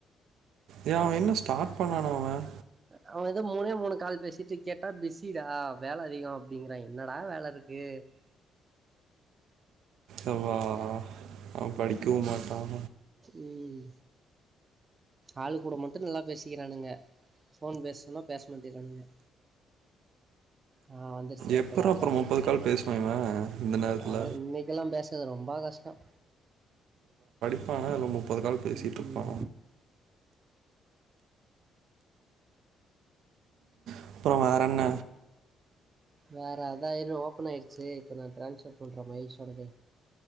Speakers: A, on the right; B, on the right.
A: ஏய அவன் என்ன ஸ்டார்ட் பண்ணானும் அவன்
B: அவன் ஏதோ மூணே மூணு கால் பேசிட்டு கேட்டா பிசிடா வேலை அதிகம் அப்படிங்கறான் என்னடா வேலை இருக்கு
A: அதுவா அவ படிக்கவும் மாட்டான்
B: உம் ஆளு கூட மட்டு நல்லா பேசிக்கிறானுங்க ஃபோன் பேச சொன்னா பேச மாட்டேறானுங்க ஆஹ் வந்துருச்சுற
A: எப்புட்றா
B: இப்போ லேப்டாப்
A: அப்புறம் முப்பது கால் பேசுவான் இவன் இந்த நேரத்துல
B: அதான் இன்னைக்கெல்லா பேசுறது ரொம்ப கஷ்டம்
A: <unintelligible> ஒருகால் பேசிட்டு
B: ம்,
A: இருப்பா
B: ம்
A: அப்பறம் வேற என்ன
B: வேற அதாயிரம் ரூா ஓப்பன் ஆயடுச்சு இப்ப நா டிரான்ஸ்பர் பண்றேன் மைல் சொன்னது